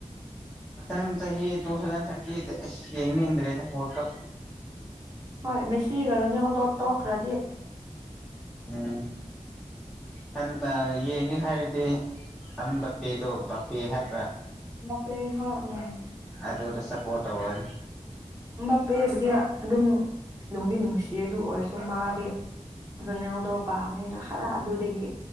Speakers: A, in the centre; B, on the right (about 25°).
A: ꯃꯊꯪ ꯆꯍꯤ ꯇꯨꯊꯧꯖꯟ ꯊ꯭ꯔꯇꯤ ꯑꯦꯠꯇ ꯌꯦꯡꯅꯤꯡꯗ꯭ꯔꯗꯦ ꯋꯥꯔꯜ ꯀꯞ
B: ꯍꯣꯏ ꯃꯦꯁꯤꯒ ꯔꫭꯅꯥꯜꯗꫭ ꯇꫭꯛꯈ꯭ꯔꯗꯤ꯫
A: ꯎꯝ꯫ ꯍꯥꯟꯅ ꯌꯦꯡꯒꯦ ꯍꯥꯏꯔꯗꯤ ꯑꯥꯝ ꯕꯄꯦꯗꯣ ꯕꯄꯦ ꯍꯥꯏꯕ꯭ꯔꯥ
B: ꯕꯄꯦ ꯍꫭꯏ ꯎꯝ
A: ꯑꯗꯨꯗ ꯁꯞꯄꯣꯔꯠ ꯇꯧꯔꯅꯤ
B: ꯃꯄꯦꯕꯨꯗꯤ ꯑꯗꯨꯝ ꯅꯨꯡꯗꯤ ꯅꯨꯡꯁꯤꯌꯦ ꯑꯗꯨ ꯑꯣꯏꯔꯁꯨ ꯃꯥꯗꯤ ꯔꯣꯅꯦꯜꯗꯣ ꯄꯥꯝꯃꯦꯅ ꯍꯔꯥ ꯑꯗꯨꯗꯒꯤ